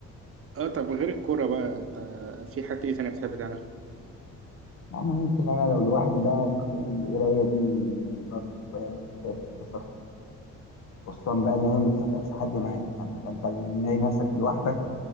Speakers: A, on the right; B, on the left.
A: آه طب غير الكورة بقى انت في حاجة ايه تانية بتحب تعملها؟
B: يعني ممكن انا لو لوحدي بقى الق- القراية دي برضه شوية شوية القصص خصوصا بقى ان هي ما بتحتاجش حد معاك يعني فانت لما تلاقي نفسك لوحدك